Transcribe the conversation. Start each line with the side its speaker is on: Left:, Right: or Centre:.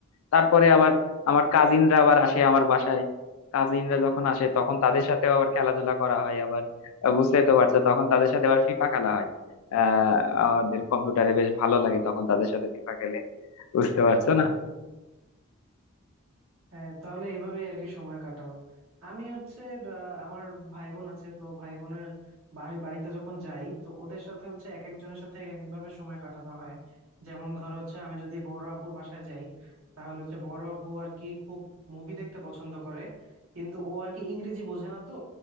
Left: তারপরে আবার আমার কাজিনরা
Right: হ্যাঁ একদম
Left: আবার আসে আমার বাসায় কাজিনরা যখন আসে তখন তাদের সাথেও আবার খেলাধুলা করা হয় আবার আহ, বুঝতেই তো পারছো তখন তাদের সাথে আবার ফিফা খেলা হয় আহ আমাদের কম্পিউটারে বেশ ভালো লাগে তখন তাদের সাথে ফিফা খেলে বুঝতে পারছো না
Right: হ্যাঁ তাহলে এভাবেই আর কি সময় কাটাও আমি হচ্ছে বা, আমার ভাই বোন আছে তো ভাই বোনের বাড়ি বাড়িতে যখন যাই তো ওদের সাথে হচ্ছে এক একজনের সাথে এক একভাবে সময় কাটানো হয় যেমন ধরো হচ্ছে আমি যদি বড় আপুর বাসায় যাই তাহলে হচ্ছে বড় আপু আর কি খুব মুভি দেখতে পছন্দ করে কিন্তু ও আর কি ইংরেজি বোঝে না তো